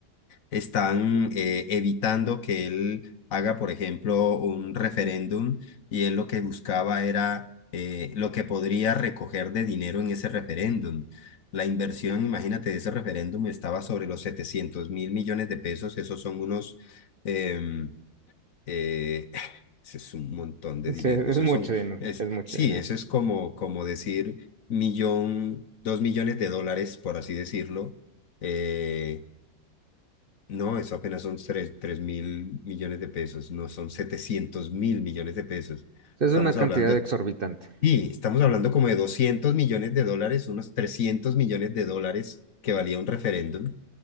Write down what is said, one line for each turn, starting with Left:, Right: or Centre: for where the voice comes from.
Left: están eh, evitando que él haga, por ejemplo, un referéndum y él lo que buscaba era eh, lo que podría recoger de dinero en ese referéndum. La inversión, imagínate, de ese referéndum estaba sobre los setecientos mil millones de pesos, esos son unos... em, eh, <sighs> ese es un montón de
Right: Sí,
Left: dinero.
Right: es
Left: esos
Right: mucho
Left: son,
Right: dinero,
Left: es,
Right: es mucho
Left: sí,
Right: dinero.
Left: eso es como, como decir millón, dos millones de dólares, por así decirlo, eh, no, eso apenas son tres mil millones de pesos, no son setecientos mil millones de pesos.
Right: Es
Left: Estamos
Right: una cantidad
Left: hablando,
Right: exorbitante.
Left: y estamos hablando como de 200 millones de dólares, unos 300 millones de dólares que valía un referéndum.